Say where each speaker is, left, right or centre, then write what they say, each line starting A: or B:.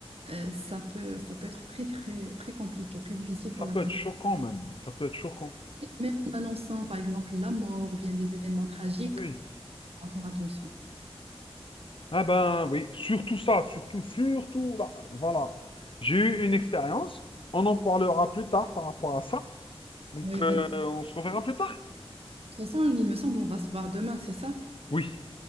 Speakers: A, on the right; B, on the left.
A: euh, ça peut, ça peut être très, très, très compliqué, très difficile pour
B: Ça peut
A: la personne.
B: être choquant même. Ça peut être choquant.
A: Et Même en annonçant, par exemple, la mort ou bien des événements tragiques,
B: Oui.
A: on va faire attention.
B: Ah ben oui, surtout ça, surtout, surtout là. Voilà. J'ai eu une expérience. On en parlera plus tard par rapport à ça. Donc,
A: Oui,
B: euh,
A: vas-y. De
B: on se reverra plus tard.
A: toute façon, il me semble, on va se voir demain, c'est ça?
B: Oui.